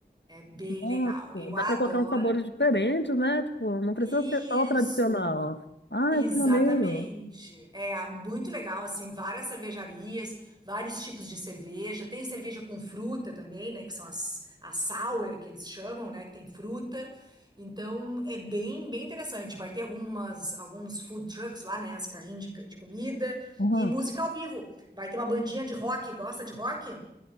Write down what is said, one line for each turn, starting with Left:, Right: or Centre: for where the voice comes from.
Right: É bem
Left: Nossa,
Right: legal. Eu
Left: dá
Right: adoro.
Left: pra colocar uns sabores diferentes, né? Tipo, não precisa
Right: Isso,
Left: ser só o tradicional. Ai,
Right: exatamente.
Left: que maneiro.
Right: É muito legal, assim, várias cervejarias, vários tipos de cerveja. Tem cerveja com fruta também, né? Que são as, as sour, que eles chamam, né? Que tem fruta. Então, é bem, bem interessante. Vai ter algumas, alguns food trucks lá, né? Os carrinhos de, de comida.
Left: Uhum.
Right: E música ao vivo. Vai ter uma bandinha de rock. Gosta de rock?